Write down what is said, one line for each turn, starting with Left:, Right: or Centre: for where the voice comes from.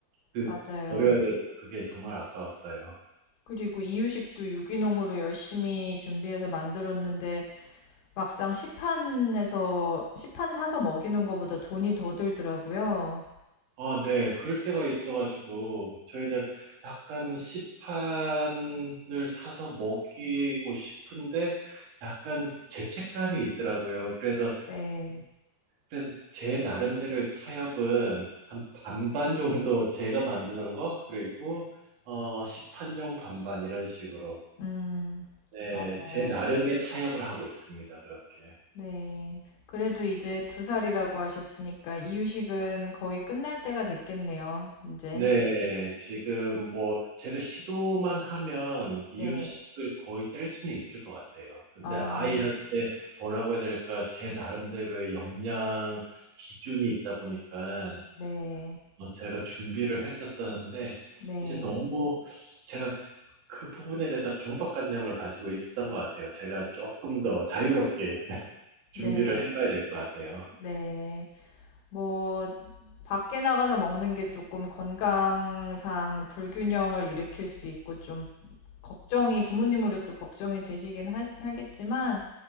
Right: 그
Left: 맞아요.
Right: 버려야 돼서 그게 정말 아까웠어요.
Left: 그리고 이유식도 유기농으로 열심히 준비해서 만들었는데 막상 시판에서 시판 사서 먹이는 것보다 돈이 더 들더라고요.
Right: 아 네. 그럴 때가 있어 가지고 저희는 약간 시판을 사서 먹이고 싶은데 약간 죄책감이 있더라고요. 그래서
Left: 네.
Right: 그래서 제 나름대로의 타협은 한 반반 정도 제가 만드는 거, 그리고 어, 시판용 반반 이런 식으로.
Left: 음.
Right: 네,
Left: 맞아요.
Right: 제 나름의 타협을 하고 있습니다. 그렇게.
Left: 네. 그래도 이제 두 살이라고 하셨으니까 이유식은 거의 끝날 때가 됐겠네요. 이제.
Right: 네, 지금 뭐 제가 시도만 하면 이유식을
Left: 네.
Right: 거의 뗄 수는 있을 것 같아요. 근데
Left: 아,
Right: 아이한테 뭐라고 해야 될까? 제 나름대로의 역량 기준이 있다 보니까
Left: 네.
Right: 어, 제가 준비를 했었었는데,
Left: 네.
Right: 이제 너무 제가 그그 부분에 대해서 강박관념을 가지고 있었던 것 같아요. 제가 조금 더 자유롭게 <laughs> 준비를
Left: 네.
Right: 해봐야 될 것 같아요.
Left: 네. 뭐 밖에 나가서 먹는 게 조금 건강상 불균형을 일으킬 수 있고 좀 걱정이 부모님으로서 걱정이 되시긴 하, 하겠지만